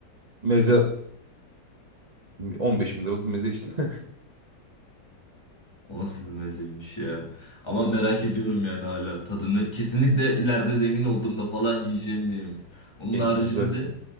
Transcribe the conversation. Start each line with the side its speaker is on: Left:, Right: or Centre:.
Right: Meze 15 bin liralık bir meze işte.
Left: o nasıl bir mezeymiş ya. Ama merak ediyorum yani hala tadını. Kesinlikle ileride zengin olduğumda falan yiyeceğim bir yemek.
Right: <laughs>
Left: Onun
Right: Eti
Left: haricinde
Right: güzel yani.